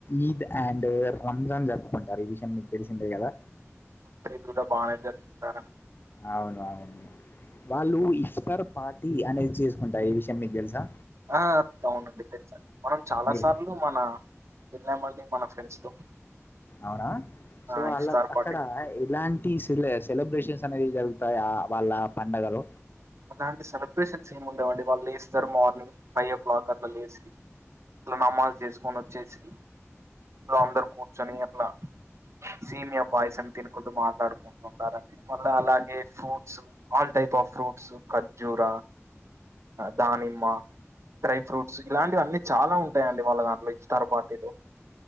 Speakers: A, on the left (about 45°); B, on the right (about 65°).
A: ఈద్ అండ్ రంజాన్ జరుపుకుంటారు ఈ విషం మీకు తెలిసిందే కదా
B: కూడ బానే జరుపుకుంటారు
A: అవును అవును వాళ్ళు ఇఫ్సర్ పార్టీ అనేది చేసుకుంటారు ఏ విషం మీకు తెలుసా
B: ఆ అవునండి తెలుసండి మనం చాలా
A: మీరు
B: సార్లు మన వెళ్ళా మండి మన ఫ్రెండ్స్ తో
A: అవునా సో
B: ఆ
A: అలా
B: ఇఫ్తార్
A: అక్కడ
B: పార్టీ
A: ఇలాంటి సెల సెలబ్రేషన్స్ అనేది జరుగుతాయి ఆ వాళ్ళ పండగలు
B: అలాంటి సెలబ్రేషన్స్ ఏమి ఉండవండి వాళ్ళు లెస్తరు మార్నింగ్ ఫైవ్ ఓ క్లాక్ అట్ల లేసి నమ నమాజ్ చేసుకొని వచ్చేసి ఇంట్లో అందరు కూర్చొని అట్లా సేమియా పాయసాన్ని తినుకుంటూ మా మాట్లాడుకుంటు ఉంటారండి మల్ల అలాగే fruits all type of fruits ఖజూరా దానిమ్మ డ్రై ఫ్రూట్స్ ఇలాంటివి అన్నీ చాలా ఉంటాయండి వాళ్ళ దాంట్లో ఇఫ్తార్ పార్టీలు